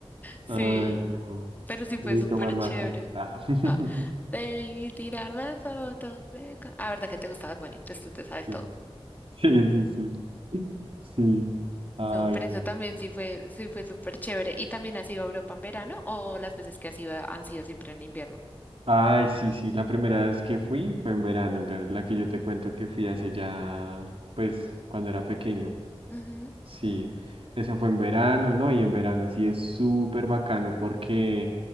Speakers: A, on the left; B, on the right.
A: Sí,
B: Ay, no.
A: pero sí
B: Debí
A: fue súper
B: tomar más
A: chévere.
B: fotos. Ah. <laughs>
A: Ah, debí tirar más fotos de... ca- Ah, verdad que te gustaba Bunny, entonces tú te sabes
B: Sí,
A: todo.
B: <laughs> sí, sí, sí. Sí. Ay,
A: No, pero
B: no.
A: eso también sí fue, sí fue súper chévere. ¿Y también has ido a Europa en verano o las veces que has ido han sido siempre en invierno?
B: Ay, sí, sí. La primera vez que fui fue en verano, la, la que yo te cuento que fui hace ya, pues, cuando era pequeño.
A: Ujú.
B: Sí, esa fue en verano, ¿no? Y en verano sí es súper bacano porque